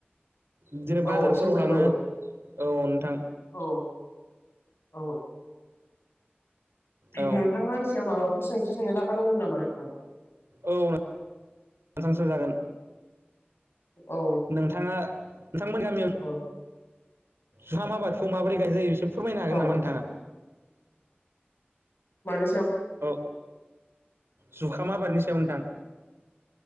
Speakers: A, on the right; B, on the left.
A: बिदिनो
B: औ
A: बाजारफोराव
B: औ सैथो
A: लाङो
B: औ
A: औ नोंथां
B: औ औ
A: औ
B: नोंथाङा आंनि सायाव माबाफोर सोंज सोंनो लागा दंमोन नामा नोंथां
A: औसांसां जागोन
B: औ
A: नोंथाङा नोंथांमोन गामियाव
B: औ
A: सुाम आबादखौ माबोरै गायनाय जायो बिसोर फोरमायनो हागोन
B: औ
A: नामा नोंथाङा
B: मान
A: औ जुखामा बारनि सायाव नोंथां